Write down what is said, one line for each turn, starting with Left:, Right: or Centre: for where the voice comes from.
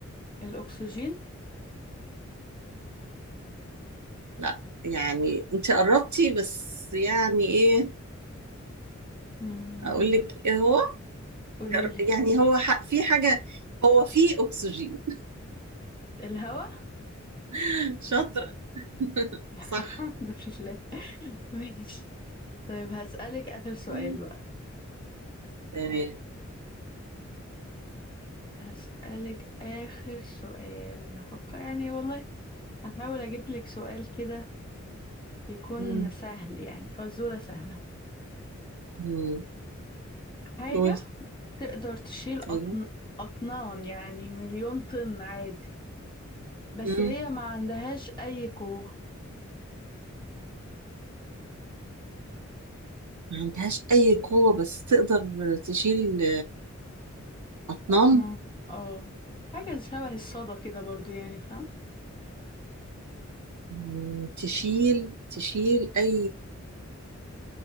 Left: الأكسجين
Right: لا يعني انت قربتي بس يعني ايه
Left: مم.
Right: اقول لك ايه هو
Left: قوليلي
Right: يعني هو ح... في حاجه هو في اكسجين
Left: الهوا
Right: <laughs> شاطره
Left: <laughs> الحمد
Right: صح
Left: لله ماشي طيب هسألك آخر سؤال
Right: مم.
Left: بقى
Right: تمام
Left: هسألك آخر سؤال هفكر يعني والله هحاول أجيب لك سؤال كده يكون
Right: مم.
Left: سهل يعني فزورة سهلة
Right: مم.
Left: حاجة
Right: قولي
Left: تقدر تشيل
Right: ايوه
Left: أطن... أطنان يعني مليون طن عادي بس
Right: مم.
Left: هي ما عندهاش أي قوة
Right: ما عندهاش اي قوه بس تقدر تشيل اطنان
Left: أطنان اه حاجة شبه الصدى كده برضو يعني فاهم
Right: مم. تشيل تشيل اي